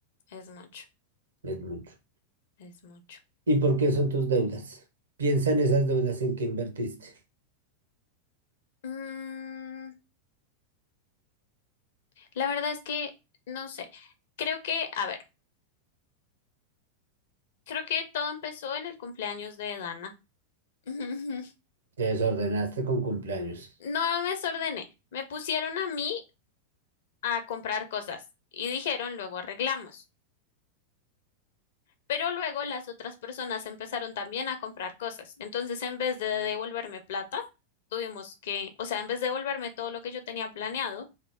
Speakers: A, on the left; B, on the right.
A: es mucho.
B: es mucho.
A: Es mucho.
B: ¿Y por qué son tus deudas? Piensa en esas deudas en que invertiste.
A: Mm, la verdad es que no sé. Creo que, a ver, creo que todo empezó en el cumpleaños de Dana. <laughs>
B: Te desordenaste con cumpleaños.
A: No me desordené. Me pusieron a mí a comprar cosas y dijeron luego arreglamos. Pero luego las otras personas empezaron también a comprar cosas. Entonces, en vez de devolverme plata, tuvimos que, o sea, en vez de devolverme todo lo que yo tenía planeado,